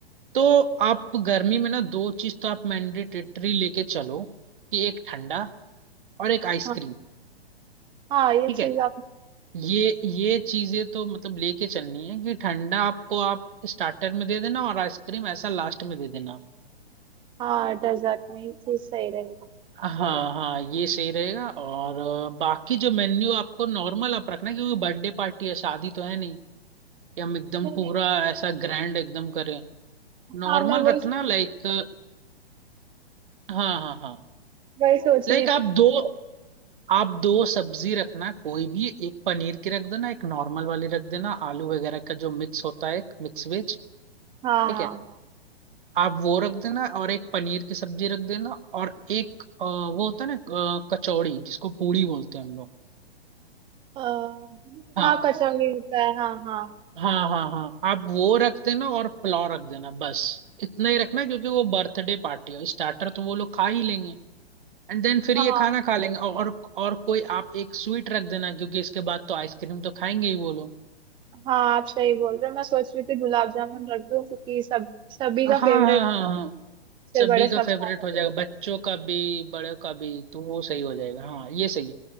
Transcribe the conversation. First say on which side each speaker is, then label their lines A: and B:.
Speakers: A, on the right; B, on the right.
A: तो आप गर्मी में ना दो चीज तो आप मैंडेटरी लेके चलो कि एक ठंडा और एक आइसक्रीम
B: हाँ हाँ ये
A: ठीक
B: चीज
A: है
B: आप
A: ये ये चीजें तो मतलब लेके चलनी है कि ठंडा आपको आप स्टार्टर में दे देना और आइसक्रीम ऐसा लास्ट में दे देना
B: हाँ डेजर्ट में ये चीज सही रहेगी
A: हाँ हाँ ये सही रहेगा और अ, बाकी जो मेन्यू आपको नॉर्मल आप रखना क्योंकि बर्थडे पार्टी है शादी तो है नहीं कि हम एकदम
B: नहीं
A: पूरा
B: नहीं
A: ऐसा ग्रैंड एकदम करें नॉर्मल
B: हाँ मैं वही
A: रखना लाइक हाँ हाँ हाँ
B: वही सोच
A: लाइक
B: रही थी
A: आप दो आप दो सब्जी रखना कोई भी एक पनीर की रख देना एक नॉर्मल वाली रख देना आलू वगैरह का जो मिक्स होता है एक मिक्स वेज
B: हाँ
A: ठीक
B: हाँ
A: है आप वो रख देना और एक पनीर की सब्जी रख देना और एक अ, वो होता है ना अ, कचौड़ी जिसको पूड़ी बोलते हैं हम लोग
B: हाँ अ,
A: हाँ
B: हाँ कचौड़ी होता है हाँ हाँ
A: हाँ हाँ हाँ आप वो रख देना और पुलाव रख देना बस इतना ही रखना क्योंकि वो बर्थडे पार्टी है स्टार्टर तो वो लोग खा ही लेंगे एंड देन फिर
B: हाँ
A: ये खाना खा लेंगे और और कोई आप एक स्वीट रख देना क्योंकि इसके बाद तो आइसक्रीम तो खाएंगे ही वो लोग
B: हाँ आप सही बोल रहे हो मैं सोच रही थी गुलाब जामुन रख दूं क्योंकि सब सभी
A: हाँ
B: का
A: हाँ
B: फेवरेट
A: हाँ
B: है,
A: हाँ
B: से
A: सभी
B: बड़े सब
A: का फेवरेट
B: खा रहे
A: हो
B: हैं।
A: जाएगा बच्चों का भी बड़ों का भी तो वो सही हो जाएगा हाँ ये सही है